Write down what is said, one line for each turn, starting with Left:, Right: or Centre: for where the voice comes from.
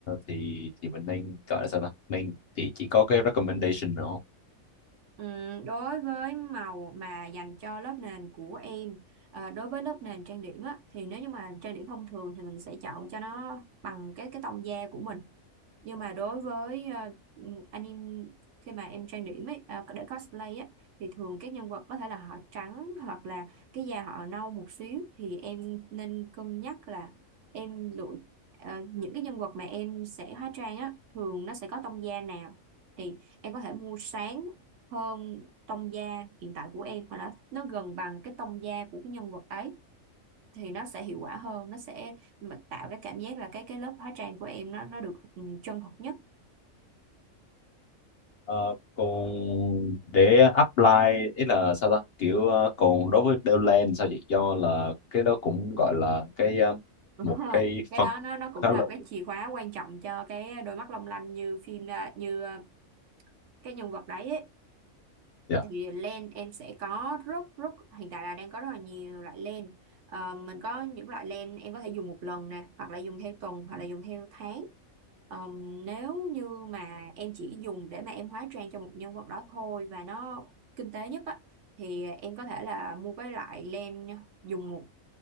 Left: thì thì mình nên gọi là sao ta nên chỉ chỉ có cái recommendation nữa không
Right: Ừm, đối với màu mà dành cho lớp nền của em ờ, đối với lớp nền trang điểm á thì nếu như mà trang điểm thông thường thì mình sẽ chọn cho nó bằng cái cái tông da của mình nhưng mà đối với ờ, anime khi mà em trang điểm ấy à, để cosplay á thì thường các nhân vật có thể là họ trắng hoặc là cái da họ nâu một xíu thì em nên cân nhắc là em lựa ờ, những cái nhân vật mà em sẽ hóa trang á thường nó sẽ có tông da nào thì em có thể mua sáng hơn tông da hiện tại của em hoặc là nó gần bằng cái tông da của cái nhân vật ấy thì nó sẽ hiệu quả hơn nó sẽ mà tạo cái cảm giác là cái cái lớp hóa trang của em nó nó được ừ, chân thật nhất
Left: Ờ, còn để apply ý là sao ta kiểu ờ, còn đối với Deadland sao vậy do là cái đó cũng gọi là cái ờ,
Right: đúng
Left: một
Right: rồi
Left: cái
Right: cái
Left: phần
Right: đó nó nó cũng
Left: khá
Right: là
Left: là
Right: một cái chìa khóa quan trọng cho cái đôi mắt long lanh như phim à, như à, cái nhân vật đấy ấy.
Left: dạ
Right: thì len em sẽ có rất rất hiện tại là đang có rất là nhiều loại len Ờ, mình có những loại len em có thể dùng một lần nè hoặc là dùng theo tuần hoặc là dùng theo tháng Ờm, nếu như mà em chỉ dùng để mà em hóa trang cho một nhân vật đó thôi và nó kinh tế nhất á thì em có thể là mua cái loại len dùng một